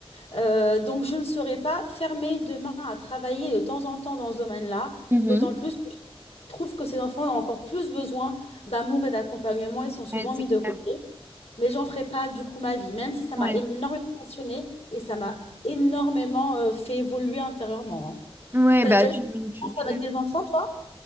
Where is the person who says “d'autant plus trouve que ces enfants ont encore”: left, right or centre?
Left